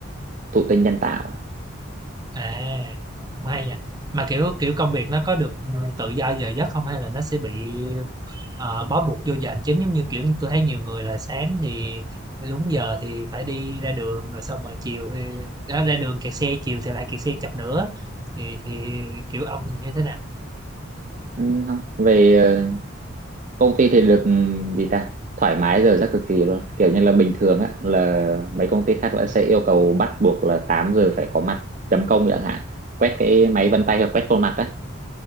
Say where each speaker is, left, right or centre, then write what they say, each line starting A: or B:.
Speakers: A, on the right; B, on the right.
A: thụ tinh nhân tạo
B: à, cũng hay nha Mà kiểu kiểu công việc nó có được ừ, tự do giờ giấc không hay là nó sẽ bị ờ, bó buộc vô giờ hành chính giống như kiểu tôi thấy nhiều người là sáng thì đúng giờ thì phải đi ra đường rồi xong rồi chiều thì đó, ra đường kẹt xe chiều thì lại kẹt xe chập nữa thì thì kiểu ông thì như thế nào?
A: ừ, không về ờ, công ty thì được ừ, gì ta thoải mái giờ rất cực kỳ luôn kiểu như là bình thường á là mấy công ty khác là sẽ yêu cầu bắt buộc là 8 giờ phải có mặt chấm công chẳng hạn quét cái máy vân tay hoặc quét khuôn mặt á